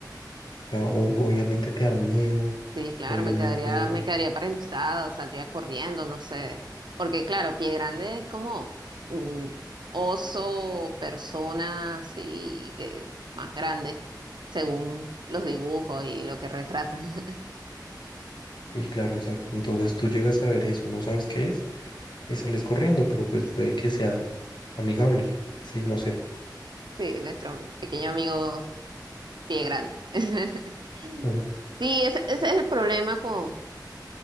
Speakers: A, on the left; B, on the right.
A: O sea, ob- obviamente te da miedo,
B: Sí, claro,
A: obviamente
B: me quedaría, me quedaría paralizada, saldría corriendo, no sé. Porque claro, Pie Grande es como un oso, persona así, que más grande, según los dibujos y lo que retratan. <laughs>
A: Y claro, exacto. Entonces tú llegas a ver eso, no sabes qué es, y sales corriendo, pero pues
B: Sí,
A: puede que sea amigable. Sí, no sé.
B: sí, nuestro pequeño amigo Pie grande. <laughs>
A: Ujú.
B: Sí, ese, ese es el problema con,